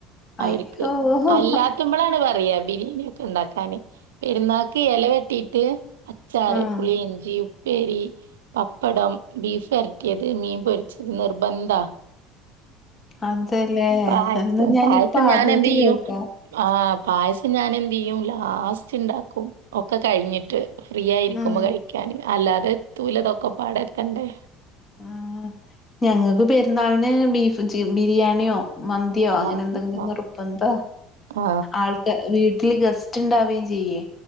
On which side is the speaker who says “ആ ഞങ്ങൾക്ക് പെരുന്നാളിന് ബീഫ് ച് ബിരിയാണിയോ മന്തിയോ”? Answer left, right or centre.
Left